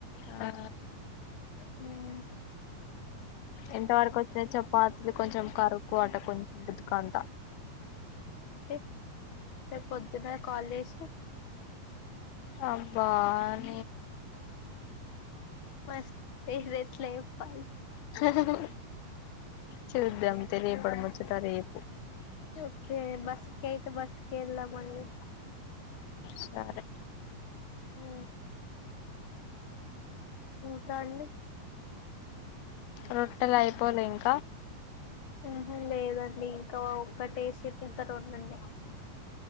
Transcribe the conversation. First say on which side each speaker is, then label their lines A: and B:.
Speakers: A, on the left; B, on the left.
A: ఆ ఆ
B: హ్మ్
A: ఏంతవరకు ఒచ్ నయ్ చపాతుల్ కొంచెమ్ కరుకు అట కొంచెం భుత్ కంట
B: ఏ రేపొద్దు నే కాల్ జేషీ
A: అబ్బా ఆన్
B: మర్ హే హియేద్ ఏట్ల ఏప్పాలి
A: ఆహా హ్ చూద్దాం తేరే రేపడ్ ముచ్చట రేపు
B: ఓకే ఏ బస్సు కేయితే బస్సు కెల్ దామని
A: సరే
B: ఆ ఇంకండి
A: రొట్టెలయిపోలే ఇమ్
B: ఉహ్ లేదండి ఇంకా ఓ ఒక్కటేశిర్ ఇంక రొంనుంన్నాయ్